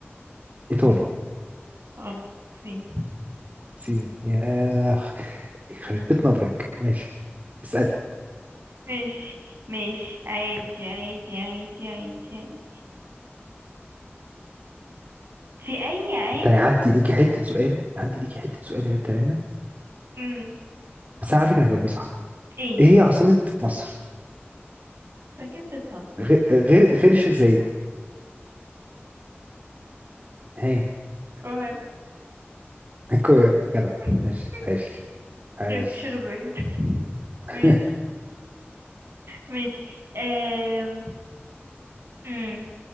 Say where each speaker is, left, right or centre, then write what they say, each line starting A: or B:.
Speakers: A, on the right; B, on the right.
A: ايطالي
B: غلط الصين
A: صيني ياخ يخرب بيت نبرك ماشي اسألي
B: ماشي ماشي عادي عادي عادي عادي عادي في أي عام
A: تاني عندي ليكي حتة سؤال عندي ليكي حتة سؤال يا بنت منه
B: مم.
A: بس انا عارفك انك هتجاوبيه صح
B: ايه
A: ايه هي عاصمة مصر
B: انت كده بتهزر
A: غ- غير غير الشيخ زايد هي
B: القاهرة
A: القاهرة كده
B: <laughs>
A: ماشي عايش عايش
B: غير الشيخ زايد <laughs>
A: <laughs>
B: ماشي ماشي أم... مم.